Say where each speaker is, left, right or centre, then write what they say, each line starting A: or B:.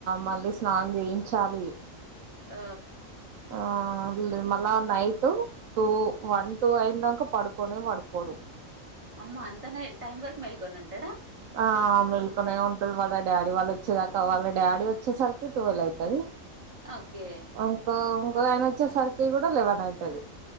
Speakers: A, on the right; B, on the right.
A: మళ్ళీ స్నానం చేయించాలి
B: ఆ
A: ఆ మళ్ళా నైట్ టూ వన్ టు అయిన దాక పడుకోనే పడుకోడు
B: అమ్మ అంత నైట్ టైం వరకు మెల్కొని ఉంటడా
A: ఆ మెల్కొనే ఉంటడు వాళ్ళ డాడీ వాళ్ళు వచ్చేదాకా వాళ్ళ డాడీ వచ్చేసరికి టూవెల్ అయితది
B: ఓకే
A: ఇంకో ఇంకో ఆయన వచ్చేసరికి కూడా లేవన్ అయితది